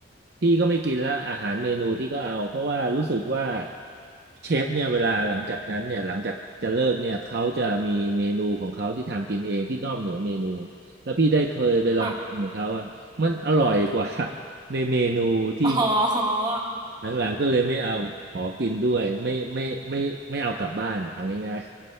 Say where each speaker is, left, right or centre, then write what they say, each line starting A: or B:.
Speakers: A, on the right; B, on the right.
A: พี่ก็ไม่กินละอาหารเมนูที่ก็เอาเพราะว่ารู้สึกว่าเชฟเนี่ยเวลาหลังจากนั้นเนี่ยหลังจากจะเลิกเนี่ยเขาจะมีเมนูของเขาที่ทำกินเองที่นอกเหนือเมนูแล้วพี่ได้เคยไปลองกินของเขาอ่ะมันอร่อยกว่า
B: ค่ะ
A: <laughs> ในเมนูที่
B: อ๋อ
A: หลังๆก็เลยไม่เอาขอกินด้วยไม่ไม่ไม่ไม่เอากลับบ้านอะเอาง่าย